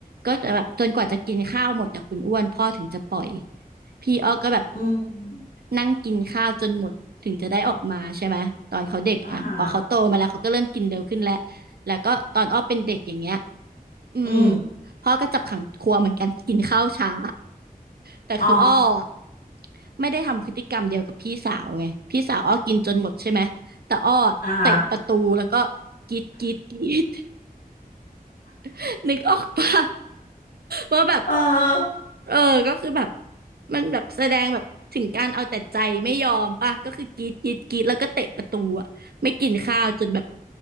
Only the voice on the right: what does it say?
ก็จะแบบจนกว่าจะกินข้าวหมดอะคุณอ้วนพ่อถึงจะปล่อยพี่อ้อก็แบบ
นั่งกินข้าวจนหมดถึงจะได้ออกมาใช่ไหมตอนเขาเด็กอะพอเขาโตมาแล้วเขาก็เริ่มกินเร็วขึ้นแล้ว
แล้วก็ตอนอ้อเป็นเด็กอย่างเงี้ยอืม
พ่อก็จับขังครัวเหมือนกันกินข้าวช้าแต่คืออ้ออะ
ไม่ได้ทำพฤติกรรมเดียวกับพี่สาวไงพี่สาวอ้อกินจนหมดใช่ไหมแต่อ้อเตะประตูแล้วก็
กรีดกรีดกรีด <laughs> นึกออกปะ ว่าแบบ
เออก็คือแบบมันแบบแสดงแบบถึงการเอาแต่ใจไม่ยอมป่ะก็คือกรีดกรีดกรีดแล้วก็เตะประตูอ่ะไม่กินข้าวจนแบบ